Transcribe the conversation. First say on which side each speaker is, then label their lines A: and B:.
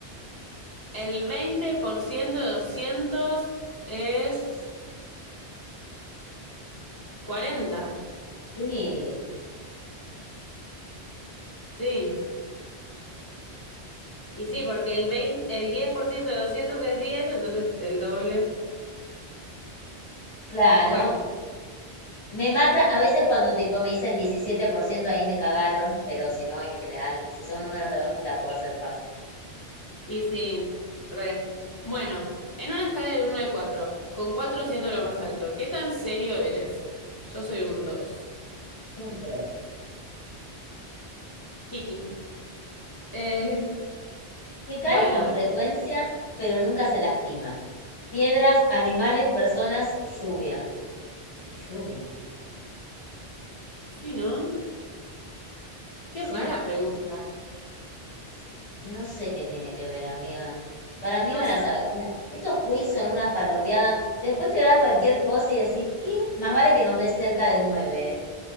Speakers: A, on the left; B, on the left.
A: el 20% de 200 es 40.
B: <laughs> Sí,
A: sí. Y sí, porque el veinte el 10% de 200 es diez entonces el doble.
B: claro.
A: Bueno,
B: Me mata a veces cuando tipo me dicen diecisiete por ciento ahí me cagaron, pero si no, en general, si son números redondos, la puedo hacer fácil.
A: y sí, re. Bueno, en una escala del uno al cuatro con 4 siento lo más alto. ¿Qué tan serio eres? Yo soy un dos
B: Son tres.
A: Jiji. Eh,
B: que
A: bueno,
B: cae con frecuencia, pero nunca se lastima. Piedras, animales, personas, lluvia. Y lluvia.
A: sí, ¿no? Qué rara
B: Sí.
A: pregunta.
B: sí. No sé qué tiene que ver, amiga. Para mí
A: No
B: van a
A: sé.
B: ser. la- Estos quiz son una falopeada. Después te da cualquier cosa y decís, ¿qué? Más vale que nos des cerca del nueve ¿eh?